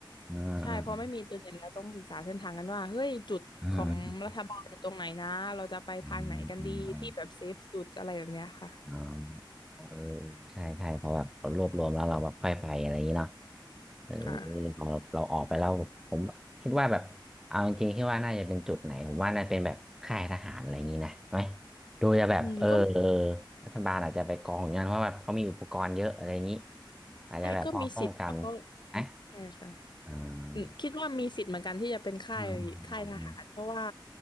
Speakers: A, in the centre; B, on the left.
A: อ่าอ่า
B: ใช่เพราะไม่มีอินเทอร์เน็ตแล้วต้องศึกษาเส้นทางกันว่าเฮ้ยจุดของรัฐบาลอยู่ตรงไหนนะเราจะไปทางไหนกันดีที่แบบเซฟสุดอะไรแบบเนี้ยค่ะ
A: อ่าอ่าอ่าอ่า เออใช่ใช่พอแบบเรารวบรวมแล้วเราแบบค่อยไปอะไรอย่างนี้เนาะเออ
B: ค่ะ
A: พอเราเราออกไปแล้วผมคิดว่าแบบเอาจริงๆคิดว่าน่าจะเป็นจุดไหนผมว่าน่าเป็นแบบค่ายทหารอะไรอย่างนี้นะไหมดูจะแบบเออเออ
B: อืมก็
A: รัฐบาลอาจจะไปกองอย่างนั้นเพราะแบบเขามีอุปกรณ์เยอะอะไรอย่างนี้อาจจะแบบพอป้องกัน
B: ใช่ก็มีสิทธิ์ค่ะก็อืมใช่ค่ะ
A: นะอ่า
B: อืมคิดว่ามีสิทธิ์เหมือนกันที่จะเป็นค่ายค่ายทหารเพราะว่า
A: อืม